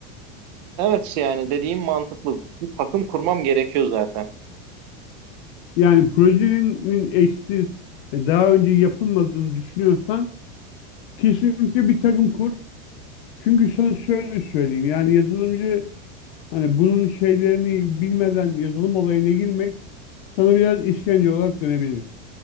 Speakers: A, on the right; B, on the left.
A: evet yani dediğim mantıklı. Bir takım kurmam gerekiyor zaten.
B: Yani projenin eşsiz ve daha önce yapılmadığını düşünüyorsan kesinlikle bir takım kur. Çünkü sana şöyle söyleyeyim yani yazılımcı hani bunun şeylerini bilmeden yazılım olayına girmek sana biraz işkence olarak dönebilir.